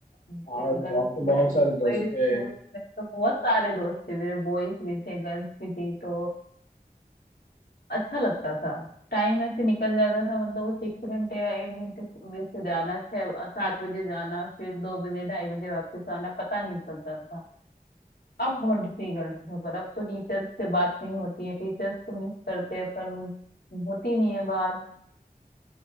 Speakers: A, on the left (about 80°); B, on the left (about 55°).
A: मतलब
B: आज
A: गर्ल्स
B: तो, अब तो
A: में
B: बहुत सारे
A: भी बॉयज
B: दोस्त थे
A: स्कूल में तो बहुत सारे दोस्त थे मेरे बॉयज भी थे गर्ल्स भी थी तो अच्छा लगता था टाइम ऐसे निकल जाता था मतलब वो सिक्स घंटे या एट घंटे सुबह से जाना छह सात बजे जाना फिर दो बजे ढाई बजे वापस आना पता नहीं चलता था अब बहुत डिफिकल्ट है पर अब तो टीचर्स से बात नहीं होती है टीचर्स तो मिस करते हैं पर होती नहीं है बात